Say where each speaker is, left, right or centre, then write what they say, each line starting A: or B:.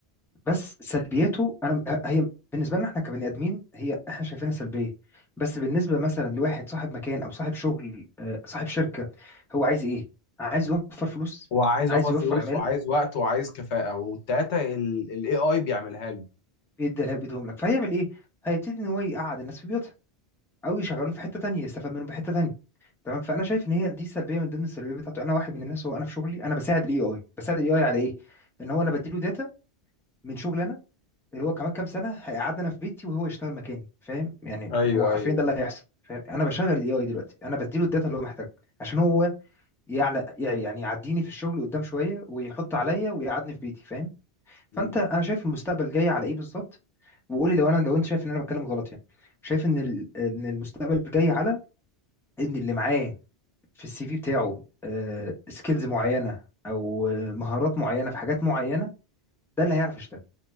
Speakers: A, in the centre; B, on the left.
A: بس سلبياته انا هي بالنسبه لنا احنا كبني ادمين هي احنا شايفينها سلبيه بس بالنسبه مثلا لواحد صاحب مكان او صاحب شغل آه، صاحب شركه هو عايز ايه؟ عايز يوفر فلوس
B: هو عايز
A: عايز
B: اوفر
A: يوفر
B: فلوس وعايز وقت وعايز كفاءه والتلاته الاي اي بيعملها له
A: بيديها لها- بيديهم لك فهيعمل ايه هيبتدي ان هو يقعد الناس في بيوتها او يشغلهم في حته تانية يستفاد منهم بحته تانية تمام فانا شايف ان هي دي سلبيه من ضمن السلبيات بتاعته انا واحد من الناس هو انا في شغلي انا بساعد الاي اي بساعد الاي اي على ايه ان هو انا بديله داتا من شغل انا اللي هو كمان كام سنه هيقعدنا انا في بيتي وهو يشتغل مكاني فاهم يعني
B: ايوه
A: هو حرفيا
B: ايوه
A: ده اللي هيحصل فاهم انا بشغل الاي اي دلوقتي انا بديله الداتا اللي هو محتاجها عشان هو يعلى يعني يعديني في الشغل قدام شويه ويحط عليا ويقعدني في بيتي فاهم فانت
B: م-
A: انا
B: م.
A: شايف المستقبل جاي على ايه بالظبط وقولي لو انا لو انت شايف ان انا بتكلم غلط يعني شايف ان ال- ان المستقبل جاي على ان اللي معاه في السي في بتاعه سكيلز معينه او آه، مهارات معينه في حاجات معينه ده اللي هيعرف يشتغل